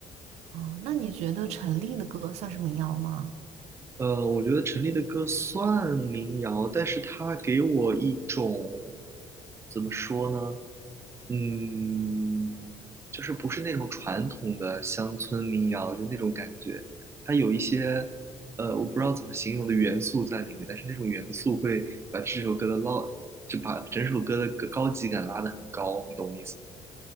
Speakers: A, on the right; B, on the right.
A: 啊。那你觉得陈粒的歌算是民谣吗？
B: 呃，我觉得陈粒的歌算民谣，但是她给我一种怎么说呢？嗯，就是不是那种传统的乡村民谣，就那种感觉。它有一些呃，我不知道怎么形容的元素在里面，但是那种元素会把这首歌的捞，就把整首歌的高高级感拉得很高，你懂我意思吗？